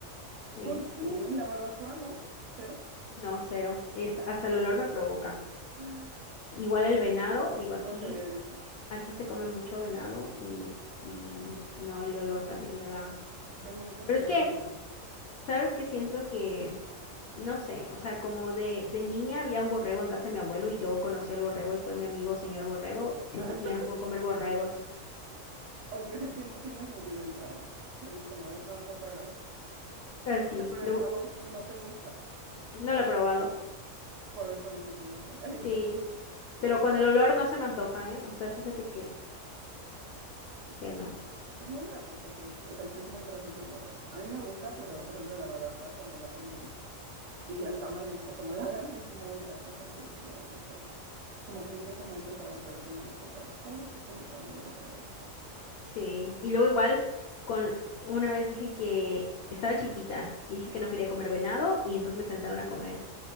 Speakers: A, on the left (about 65°); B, on the right (about 70°).
A: este,
B: ¿Por qué? La barbacoa, ¿no? ¿Cero?
A: no, cero. Es- hasta el olor me provoca.
B: <gasps>
A: Igual el venado,
B: No
A: digo,
B: te puedo
A: aquí,
B: creer eso.
A: aquí se come mucho venado y, y no, el olor también me da.
B: Yo nunca he
A: Pero
B: comido
A: es que
B: venado.
A: Sabes que siento que, no sé, o sea, como de, de niña había un borrego en casa de mi abuelo y yo conocí al borrego y fue mi amigo señor borrego. Siento
B: <laughs>
A: que ya no puedo comer borregos.
B: Aunque sí tiene, tiene sentido el trauma. Es como de, no, no puedo.
A: Así,
B: O sea, pero
A: luego,
B: el sabor no te gusta
A: no lo he probado.
B: por, por el sentimiento. Oye,
A: Sí,
B: pero el-
A: pero
B: tiene,
A: con el olor no se me antoja, ¿eh? O sea, fíjate que,
B: híjole,
A: que no.
B: es muy grasoso, fíjate. O sea, sí es muy grasoso el borrego. A mí me gusta, pero por ejemplo la barbacoa cuando la hacen bien y está mal hecha, como la hagan, es muy grasosa. Y es así como de, híjole. Como que se siente muy pesado, pero sí me gusta el sabor. Pobrecito de tu amigo borrego. oye.
A: Sí, y luego igual, con una vez dije que estaba chiquita y dije que no quería comer venado y entonces me sentaron a comer.